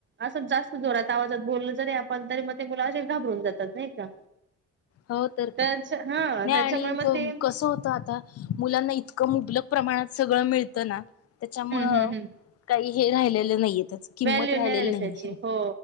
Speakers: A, on the right; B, on the left.
A: असं जास्त जोरात आवाजात बोललं जरी, आपण तरी मग ते मुल असे घाबरून जातात नाही का?
B: हो तर
A: त्याच
B: काय?
A: हा
B: नाही
A: त्याच्यामुळे
B: आणि
A: मग ते
B: कसं होतं आता मुलांना इतकं मुबलक प्रमाणात सगळं मिळतं ना. त्याच्यामुळं
A: हम्म हम्म हम्म
B: काही हे राहिलेलं नाहीये त्याच, किंमत
A: व्हॅल्यू
B: राहिलेली
A: नाही राहिली त्याची
B: नाहीे.
A: हो